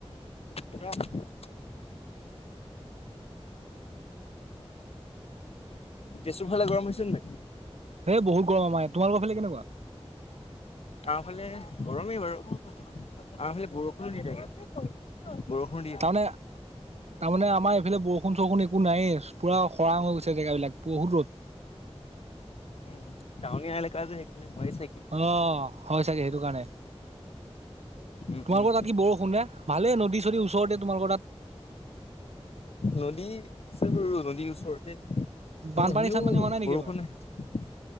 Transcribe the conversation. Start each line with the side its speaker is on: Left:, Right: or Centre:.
Left: উম। তেজপুৰ ফালে গৰম হৈছে ন নাই।
Right: হ বহু গৰম হয়, তোমালোকৰ ফালে কেনেকুৱা।
Left: আমাৰফালে গৰমেই বাৰু, আমাৰফালে বৰষুণো দি থাকে। বৰষুণ দি
Right: তাৰমানে
Left: আছে।
Right: তাৰমানে আমাৰ এইফালে বৰষুণ চৰষুণ একো নায়েই, পুৰা খৰাং হৈ গৈছে জেগাবিলাক, বহুত ৰ'দ।
Left: উম-উ, টাউনীয়া এলেকা যে সেইকাৰণে হয় চাগে।
Right: অ, হয় চাগে সেইটো কাৰণে।
Left: উম,
Right: তোমালোকৰ
Left: উম।
Right: তাত কি বৰষুণে, ভালেই নদী চদী ওচৰতে তোমালোকৰ তাত।
Left: নদী আছে বাৰু নদীৰ ওচৰতে। অ
Right: বানপানী
Left: হলেও
Right: চানপানী হোৱা নাই নেকি
Left: বৰষুণ
Right: এবাৰ
Left: নাই,